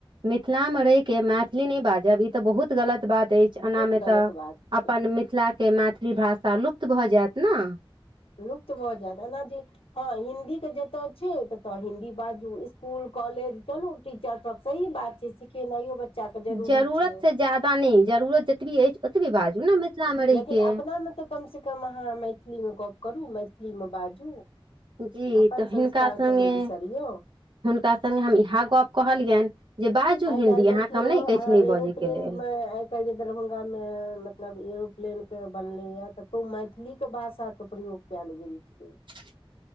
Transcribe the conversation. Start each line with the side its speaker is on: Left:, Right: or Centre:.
Right: मिथिला मे रहि के मैथिली नहि बाजब ई तऽ बहुत गलत बात अछि
Left: बहुत
Right: एना मे
Left: गलत
Right: तऽ
Left: बात
Right: अपन
Left: छै
Right: मिथिला के मैथिली भाषा लुप्त भऽ जायत न
Left: लुप्त भऽ जायत एना जे हँ हिंन्दी के जतय छै ततय हिन्दी बाजू स्कूल कॉलेज चलू टीचर सब सही बात सिखेनाइयो छै बच्चा के जरूरी
Right: जरूरत
Left: छै
Right: से जादा नहि जरूरत जतबी अछि ओतबे बाजू ने मिथिला में रहके
Left: लेकिन अपना मे तऽ कम से कम अहाँ मैथिली मे गप्प करू मैथिली मे बाजू
Right: जी
Left: अपन
Right: तऽ हिनका
Left: संस्कार
Right: सङ्गे
Left: तऽ नहि बिसरियो
Right: हुनका सने हम इएह गप कहलियनि जे बाजू
Left: आइ
Right: हिन्दी
Left: काल्हि देखियो
Right: अहाँके हम नहि
Left: अहाँ
Right: कहै छी नहि
Left: एरोप्लेन
Right: बजयके लेल
Left: मे कए दरभंगामे मतलब एरोप्लेनके बनलैए ततो मैथिलीके भाषाके प्रयोग कैल गेल छै
Right: <inaudible>